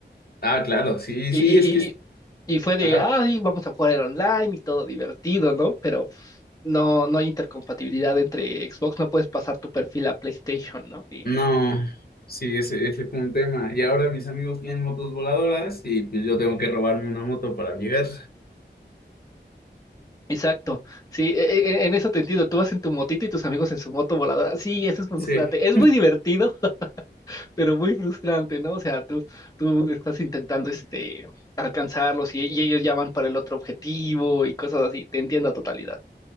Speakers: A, on the left (about 55°); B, on the left (about 20°).
A: Ah, claro, sí,
B: Y,
A: sí,
B: y,
A: es que... es-
B: y, y y fue de,
A: Ajá.
B: ay, vamos a jugar el online y todo divertido, ¿no? Pero... no, no hay intercompatibilidad entre Xbox, no puedes pasar tu perfil a PlayStation, ¿no? Y-
A: No, sí, ese, ese fue un tema. Y ahora mis amigos tienen motos voladoras y pues yo tengo que robarme una moto para llegar.
B: exacto, sí, e- e- en eso te entiendo, tú vas en tu motito y tus amigos en su moto voladora, sí, eso es frustrante,
A: Sí,
B: es muy divertido, <laughs> pero muy frustrante, ¿no? O sea, tú, tú estás intentando este, alcanzarlos y, y ellos ya van para el otro objetivo y cosas así, te entiendo a totalidad.